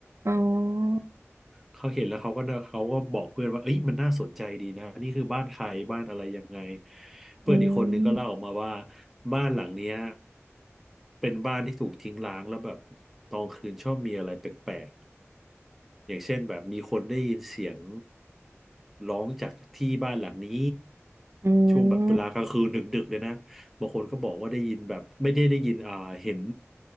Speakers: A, on the right (about 65°); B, in the centre.
A: อ๋อ
B: เขาเห็นแล้วเขาก็เขาก็บอกเพื่อนว่าเอ้ยมันน่าสนใจดีนะนี่คือบ้านใครบ้านอะไรยังไงเพื่อนอีกคนหนึ่งก็เล่าออกมาว่า
A: อืม
B: บ้านหลังเนี้ยเป็นบ้านที่ถูกทิ้งร้างแล้วแบบตอนคืนชอบมีอะไรแปลก อย่างเช่นแบบมีคนได้ยินเสียงร้องจากที่บ้านหลังนี้
A: อื
B: ช่วงแบบเวลากลางคืนดึกๆเลยนะบางคนก็บอกว่าได้ยินแบบไม่ได้ได้ยินอ่าเห็น
A: ม